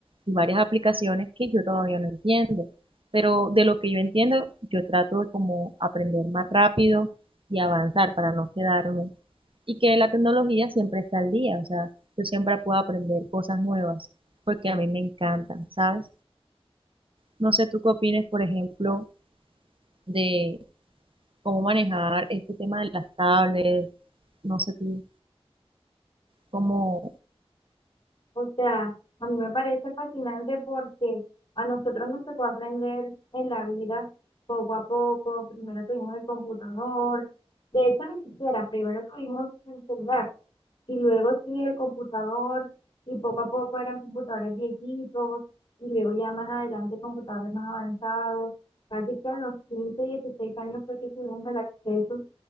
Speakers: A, on the right; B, on the left.
A: y varias aplicaciones que yo todavía no entiendo, pero de lo que yo entiendo, yo trato de como aprender más rápido y avanzar para no quedarme, y que la tecnología siempre está al día, o sea, yo siempre puedo aprender cosas nuevas, porque a mí me encantan, ¿sabes? No sé tú qué opinas, por ejemplo, de cómo manejar este tema de las tablets, no sé tú, cómo,
B: o sea, a mí me parece fascinante porque a nosotros nos tocó aprender en la vida poco a poco, primero tuvimos el computador, de hecho ni siquiera, primero tuvimos el celular. Y luego sí, el computador, y poco a poco eran computadores viejitos, y luego ya más adelante computadores más avanzados. Casi que a los 15, 16 años fue que tuvimos el acceso